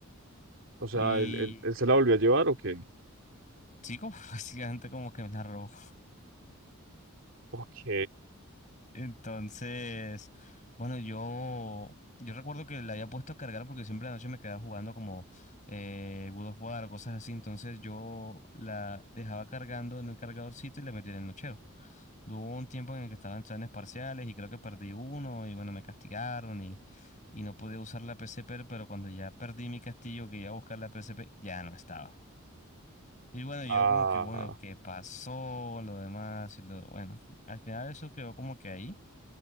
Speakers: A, on the right; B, on the left.
A: O sea,
B: Y
A: ¿él, él- él se
B: y,
A: la volvió a llevar o qué?
B: sí, como <laughs> básicamente como que me la robó.
A: Ok.
B: Entonces, bueno, yo, yo recuerdo que la había puesto a cargar porque siempre la noche me quedaba jugando como eh, God of War, o cosas así. Entonces yo la dejaba cargando en el cargadorcito y la metía en el nochero. Hubo un tiempo en el que estaba en planes parciales y creo que perdí uno y bueno, me castigaron y, y no podía usar la PSP, pero cuando ya perdí mi castillo que iba a buscar la PSP, ya no estaba. Y bueno, yo
A: Ah,
B: como que bueno, ¿qué pasó? Lo demás y lo bueno. Al final eso quedó como que ahí.